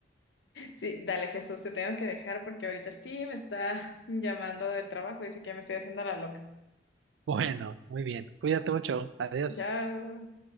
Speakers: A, on the left; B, on the right.
A: Sí, dale Jesús, te tengo que dejar porque ahorita sí me está llamando del trabajo, dice que ya me estoy haciendo la loca.
B: Bueno, muy bien. Cuídate mucho. Adiós.
A: Ya